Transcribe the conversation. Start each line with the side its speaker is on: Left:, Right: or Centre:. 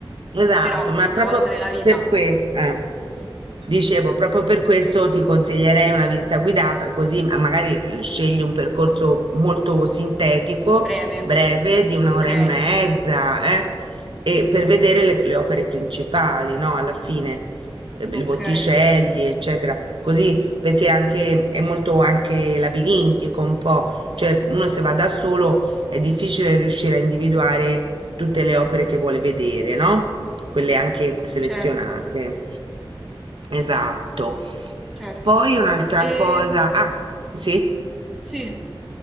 Right: Esatto,
Centre: Però
Right: ma
Centre: una
Right: proprio
Centre: volta nella vita,
Right: per questo, eh, dicevo, proprio per questo ti consiglierei una visita guidata, così ma- magari eh, scegli un percorso molto sintetico,
Centre: breve.
Right: breve, di un'ora
Centre: Ok,
Right: e mezza, eh, e per vedere le, le opere principali, no? Alla fine, eh,
Centre: ok,
Right: i Botticelli, eccetera. Così, perché anche, è molto anche labirintico un po', cioè uno se va da solo è difficile riuscire a individuare tutte le opere che vuole vedere, no? Quelle anche selezionate.
Centre: certo,
Right: Esatto.
Centre: certo.
Right: Poi un'altra
Centre: Ehm,
Right: cosa. Ah, sì.
Centre: sì.